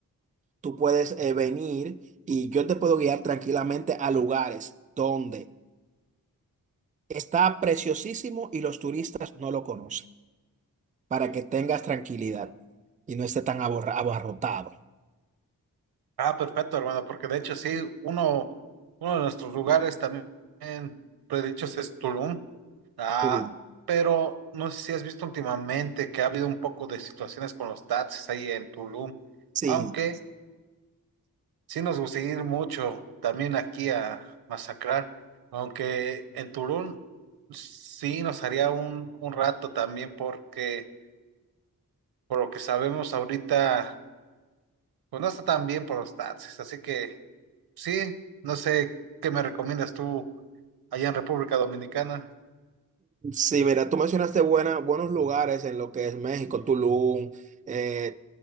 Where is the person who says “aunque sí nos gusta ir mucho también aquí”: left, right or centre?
Right